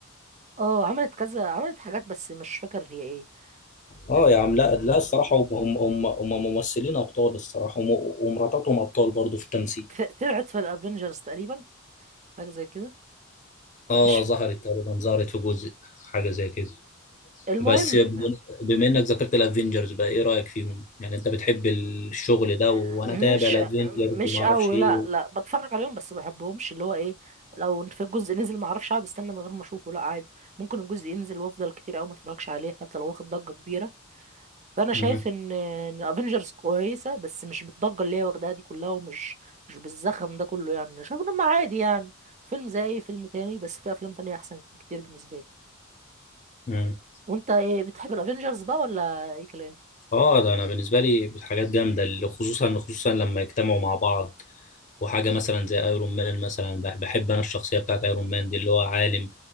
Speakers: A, on the right; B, on the left.
A: اه عملت كذا عملت حاجات بس مش فاكر هي ايه
B: اه
A: ت-
B: يا عم لا لا الصراحه هم هم هم هم ممثلين ابطال الصراحه وم- ومراتاتهم ابطال برضه في التمثيل
A: ت- طلعت في الافينجرز تقريبا حاجه زي كده
B: اه
A: مش
B: ظهرت تقريبا ظهرت في جزء حاجه زي كده
A: المهم
B: بس بم- بما انك ذكرت الافينجرز بقى ايه رايك فيهم يعني انت بتحب الشغل ده
A: آه،
B: وانا
A: مش
B: تابع الافينجرز
A: مش
B: وما اعرفش
A: قوي
B: ايه
A: لا
B: و...
A: لا بتفرج عليهم بس ما بحبهمش اللي هو ايه لو في الجزء نزل ما اعرفش اقعد استنى من غير ما اشوفه لا عادي ممكن الجزء ينزل وافضل كتير قوي ما اتفرجش عليه حتى لو واخد ضجة كبيرة فانا
B: مم.
A: شايف ان ان افنجرز كويسة بس مش بالضجة اللي هي واخداها دي كلها ومش مش بالزخم ده كله يعني أنا شايف ان هم عادي يعني فيلم زي اي فيلم تاني بس في افلام تانية احسن كتير بالنسبة لي
B: مم.
A: وانت ايه بتحب الافنجرز بقى ولا اي كلام
B: اه ده انا بالنسبه لي حاجات جامده اللي خصوصا خصوصا لما يجتمعوا مع بعض وحاجه مثلا زي ايرون مان مثلا بح- بحب انا الشخصيه بتاعت ايرون مان دي اللي هو عالم